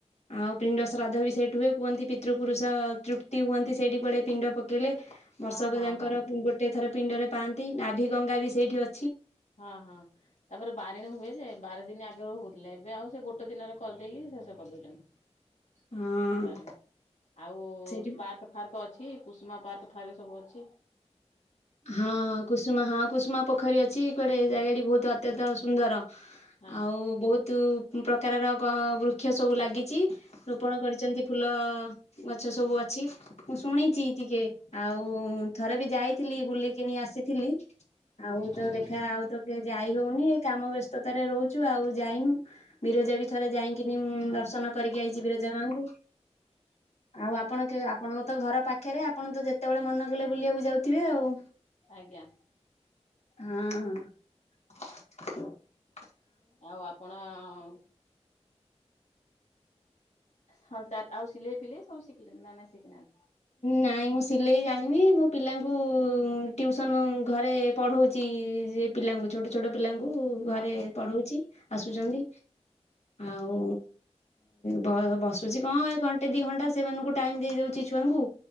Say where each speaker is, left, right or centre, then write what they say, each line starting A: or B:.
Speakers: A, on the left; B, on the left.
A: ଆଉ ପିଣ୍ଡ ଶ୍ରାଦ୍ଧ ବି ସେଠି ହୁଏ। କୁହନ୍ତି ପିତୃପୁରୁଷ ତୃପ୍ତି ହୁଅନ୍ତି। ସେଇଠି କୁଆଡେ ପିଣ୍ଡ ପକେଇଲେ। ବର୍ଷକ
B: ହଁ ହଁ
A: ଯାଙ୍କର
B: ହଁ
A: ଗୋଟେ ଥର ପିଣ୍ଡରେ ପାଆନ୍ତି। ନାଭି ଗଙ୍ଗା ବି ସେଇଠି ଅ
B: ହଁ ହଁ ତାପରେ ବାରିଣୀ ହୁଏ ଯେ ବାର ଦିନ ଆଗରୁ ହଉଥିଲେ। ଏବେ ଆଉ ସେ ଗୋଟେ ଦିନରେ କରିିଦେଇକି ଶେଷ କରିଦେଉଛନ୍ତି
A: ହଁ
B: ବାରିଣୀ। ଆଉ
A: ସେଇଠି
B: ପାର୍କ ଫାର୍କ ଅଛି କୁସୁମା ପାର୍କ ଫାର୍କ ସବୁ ଅଛି।
A: ହଁ କୁସୁମା ହଁ କୁସୁମା ପୋଖରୀ ଅଛି। କୁଆଡେ ଜାଗାଟି ବହୁତ ଅତ୍ୟନ୍ତ ସୁନ୍ଦର।
B: ହଁ
A: ଆଉ ବହୁତୁ ପ୍ରକାରର କ ବୃକ୍ଷ ସବୁ ଲାଗି ଚି ରୋପଣ କରିଛନ୍ତି। ଫୁଲ ଗଛ ସବୁ ଅଛି। ମୁଁ ଶୁଣିଛି ଟିକେ। ଆଉ ଥରେ ବି ଯାଇ ଥିଲି ବୁଲିକିନି ଆସିଥିଲି। ଆଉ
B: ହୁଁ
A: ତ ଦେଖା ଆଉ ତ କି ଯାଇ ହଉନି। କାମ ବ୍ୟସ୍ତତାରେ ରହୁଛୁ ଆଉ ଯାଇନୁ। ବିରଜା ବି ଥରେ ଯାଇକିନି ଦର୍ଶନ କରିକି ଆଇଚି ବୀରଜା ମାଙ୍କୁ। ଆଉ ଆପଣ କେ ଆପଣଙ୍କ ତ ଘର ପାଖେରେ ଆପଣ ତ ଯେତେବେଳେ ମନେ କଲେ ବୁଲିବାକୁ ଯାଉ ଥିବେ ଆଉ
B: ଆଜ୍ଞା
A: ହଁ ହଁ। <inaudible>
B: ଆଉ ଆପଣ ଅ ଆଉ। ହଁ ତ ଆଉ ସିଲେଇ ଫିଲେଇ ସବୁ ଶିଖିଛନ୍ତି। ନା ନାଇଁ ସିକି ନାହାନ୍ତି।
A: ନାଇଁ ମୁଁ ସିଲେଇ ଜାଣିନି। ମୁଁ ପିଲାଙ୍କୁ ଟ୍ୟୁସନ ଘରେ ପଢଉଛି। ସେ ପିଲାଙ୍କୁ ଛୋଟ ଛୋଟ ପିଲାଙ୍କୁ ଘରେ
B: ଓହୋ
A: ପଢଉଛି ଆସୁଛନ୍ତି। ଆଉ ବ ବସୁଛି କଣ ଏ ଘଣ୍ଟେ ଦି ଘଣ୍ଟା ସେମାନଙ୍କୁ ଟାଇମ୍ ଦେଇ ଦଉଛି ଛୁଆଙ୍କୁ।